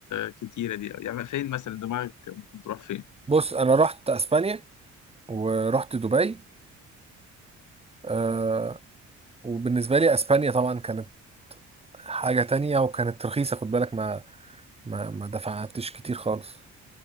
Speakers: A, on the left; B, on the right.
A: كتيرة دي يعني فين مثلا دماغك ممكن تروح فين
B: بص انا رحت اسبانيا ورحت دبي آه وبالنسبه لي اسبانيا طبعا كانت حاجه تانية وكانت رخيصه خد بالك ما ما ما دفعتش كتير خالص